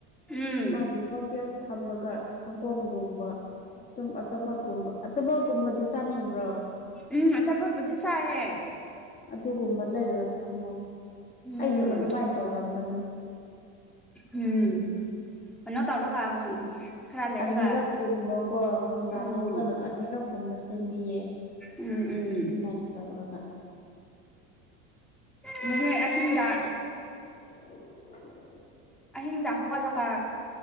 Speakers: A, in the centre; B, on the left (about 25°).
A: ꯎꯝ
B: ꯃꯥꯒꯤ ꯍꯣꯠꯀꯦꯁ ꯊꯝꯃꯒ ꯁꯪꯒꯣꯝꯒꯨꯝꯕ ꯑꯗꯨꯝ ꯑꯆꯥꯄꯣꯠꯀꯨꯝꯕ ꯑꯆꯥꯄꯣꯠꯀꯨꯝꯕꯗꯤ ꯆꯥꯅꯤꯡꯕ꯭ꯔꯣ
A: ꯎꯝ ꯑꯆꯥꯄꯣꯠꯄꯨꯗꯤ ꯆꯥꯏꯌꯦ
B: ꯑꯗꯨꯒꯨꯝꯕ ꯂꯩꯔꯒ ꯊꯝꯃꯣ
A: ꯎꯝ
B: ꯑꯩꯁꯨ ꯑꯗꯨꯃꯥꯏꯅ ꯇꯧꯔꯝꯕꯅꯤ
A: ꯎꯝ ꯀꯩꯅꯣ ꯇꯧꯔꯒ
B: ꯎꯝ
A: ꯈꯔ ꯂꯩꯔꯒ
B: ꯑꯅꯤꯔꯛ ꯀꯨꯝꯕꯀꯣ ꯅꯨꯡꯗꯥꯡ
A: ꯎꯝ
B: ꯍꯧꯒꯠꯂꯒ ꯑꯅꯤꯔꯛ ꯀꯨꯝꯕꯁꯦ ꯁꯦꯝꯕꯤꯌꯦ
A: ꯎꯝꯝ ꯎꯝꯝ
B: ꯑꯗꯨꯃꯥꯏꯅ ꯇꯧꯔꯒ
A: ꯃ ꯑ ꯍꯗ
B: <unintelligible>
A: ꯑꯍꯤꯡꯗ ꯍꯧ ꯒꯠꯂꯒ